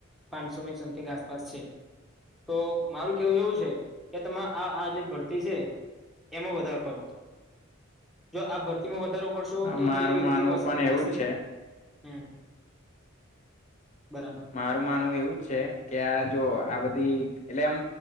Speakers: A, in the centre; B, on the left.
A: પાંચસો ની સમથી આસપાસ છે તો મારું કેવું એવું છે કે, તમારે આ આ જે ભરતી છે એમાં વધારો કરો જો આ ભરતીમાં વધારો કરશો
B: હા
A: તો
B: મારું
A: જે વ્યક્તિ
B: માનવું
A: પસંદ
B: પણ એવું
A: થશે.
B: જ છે
A: હમ, બરાબર
B: મારું માનવું એવું છે કે આ
A: હમ
B: જો આ બધી એટલે એમ